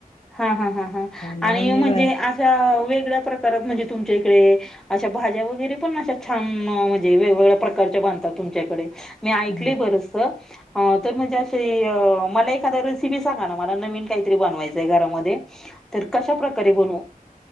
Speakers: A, in the centre; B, on the left.
A: हा हा हा हां
B: म्हणून
A: आणि
B: मी
A: म्हणजे
B: बाहेर
A: अशा वेगळ्या प्रकारात म्हणजे तुमच्या इकडे. अशा भाज्या वगैरे पण अशा छान म्हणजे वेगवेगळ्या प्रकारच्या बांधतात तुमच्याकडे. मी ऐकली
B: हां,
A: बरस. ह तर म्हणजे असशी मला एखादा रेसिपी सांगा ना मला नवीन काहीतरी बनवायचं. <unintelligible> तर कशा प्रकारे बन.